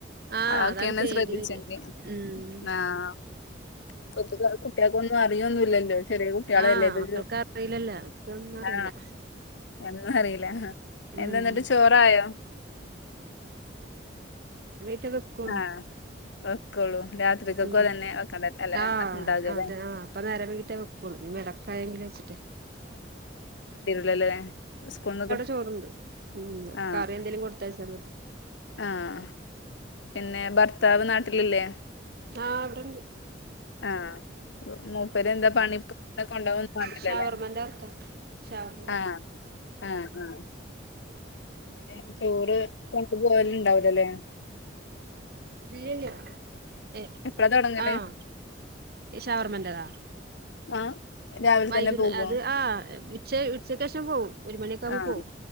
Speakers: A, on the right; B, on the left.
A: ആഹ്
B: അഒക്കെ
A: അതാണ് പേടി
B: ശ്രദ്ധിച്ചണ്ട്.
A: വര ഉം
B: ആഹ്. കുട്ട്യോക്കൊന്നും അറിയോന്നുല്ലല്ലോ. ചെറിയ കുട്ടികളല്ലേ
A: ആഹ്
B: ഇത്
A: മക്കൾക്ക് അറിയില്ലല്ലോ അവർക്കൊന്നും അറിയില്ല
B: ആ എന്നും അറിയില്ല.
A: ഉം
B: എന്താ എന്നിട്ട് ചോറായോ?
A: ട്ട് കൊട്
B: ആഹ് വെക്കുള്ളൂ രാത്രിക്കൊക്കെ
A: ഉം
B: തന്നെ വെക്കണ്ട അല്ലെ
A: ആഹ്
B: ഉണ്ടാകല്ലേ
A: അതെ, ആ അപ്പ നേര വകിട്ടേ വെക്കുളു. ഇനിമടക്കായെങ്കില്ച്ചിട്ട്.
B: ലല്ലേ സ്കൂന്ന്
A: ചോറുണ്ട് ഉം
B: ആ
A: കറി എന്തേലും കൊടുത്തയച്ചാ മതി
B: ആഹ് പിന്നെ ഭർത്താവ് നാട്ടിലില്ലേ?
A: ആഹ് ഇവിടണ്ട്.
B: ആ മൂപ്പര് എന്താ പണിപ്പ കൊണ്ടന്നുംണ്ടില്ലല്ലേ?
A: ഷവർമന്റെ വർക്കാ ഷവർമന്റെ
B: ആഹ് ആഹ് ആ പിന്നെ ചോറ് കൊണ്ടുപോവല്ണ്ടാവുലല്ലേ.
A: ഇല്ലില്ല. ഏ
B: എപ്പളാ തൊടങ്ങല്
A: ആഹ്. ഷവർമെന്റതാ.
B: ആഹ് രാവിലെ
A: വൈകുന്നേ,
B: തന്നെ പോകുവോ
A: അത്, ആ ഉച്ച, ഉച്ചക്കേഷം പോവും. ഒരു മണിയക്കവുമ്പോ
B: ആഹ്
A: പോവും.